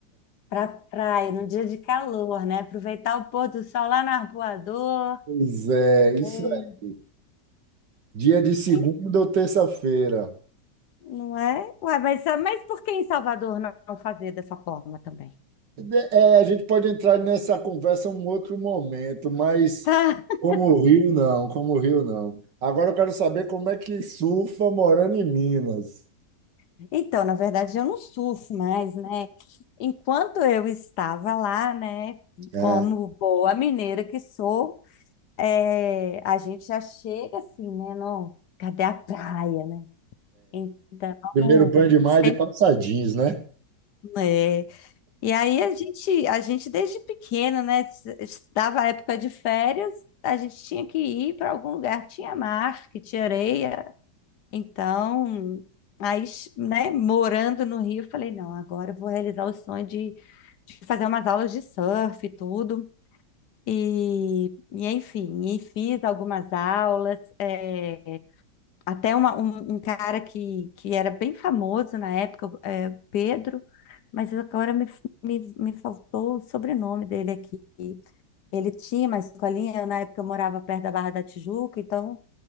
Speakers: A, on the left; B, on the right.
A: Pra praia, num dia de calor, né? Aproveitar o pôr do sol lá na Arpoador.
B: Pois é, isso
A: Eita.
B: aí. Dia de segunda
A: E-
B: ou terça-feira.
A: Não é? Ué, mas, é, mas por que em Salvador não não fazer dessa forma também?
B: De- É, a gente pode entrar nessa conversa em um outro momento, mas
A: <laughs>
B: como o Rio, não, como o Rio, não. Agora eu quero saber como é que surfa morando em Minas.
A: Tá. Então, na verdade, eu não surfo mais, né? Enquanto eu estava lá, né,
B: É,
A: como boa mineira que sou, é, a gente já chega assim, né? Não, cadê a praia, né? Então,
B: primeiro banho de mar
A: sempre,
B: é de calça jeans, né?
A: né, E aí a gente, a gente desde pequeno, né? s- s- Dava época de férias, a gente tinha que ir para algum lugar que tinha mar, que tinha areia. Então, aí, s- né, morando no Rio, eu falei, não, agora eu vou realizar o sonho de, de fazer umas aulas de surf e tudo. E, e enfim, e fiz algumas aulas. eh, até uma- um, um cara que, que era bem famoso na época, é, Pedro, mas agora me, me, me faltou o sobrenome dele aqui. Ele tinha uma escolinha, eu, na época eu morava perto da Barra da Tijuca, então